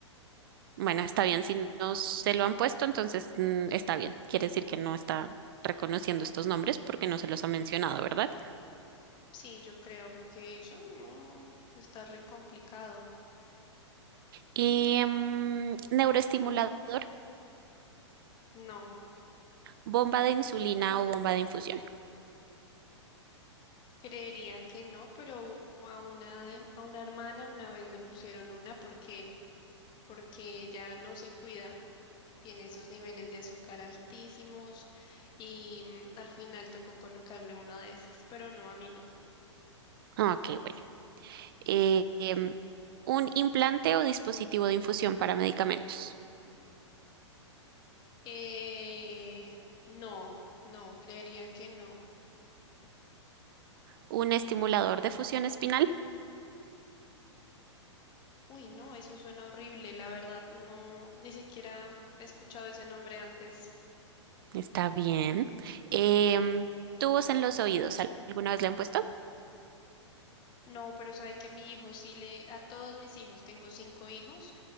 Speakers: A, on the right; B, on the left.
A: Bueno, está bien, si no se lo han puesto, entonces mm, está bien. Quiere decir que no está reconociendo estos nombres porque no se los ha mencionado, ¿verdad?
B: Sí, yo creo, porque eso no está re complicado.
A: Em, neuroestimulador,
B: No,
A: bomba de insulina o bomba de infusión.
B: creería que no, pero a una de- a una hermana una vez le pusieron una porque porque ella no se cuida, tiene esos niveles de azúcar altísimos y mm, al final tocó colocarle una de esas, pero no, a mí no.
A: Ah, Ok, bueno. Eh, em, un implante o dispositivo de infusión para medicamentos.
B: Eh, no, no, creería que no.
A: Un estimulador de fusión espinal.
B: Uy, no, eso suena horrible, la verdad, no, ni siquiera he escuchado ese nombre antes.
A: Está bien. Em, tubos en los oídos. ¿Alguna vez le han puesto?
B: No, pero sabe que a mi hijo sí le, a todos mis hijos, tengo cinco hijos,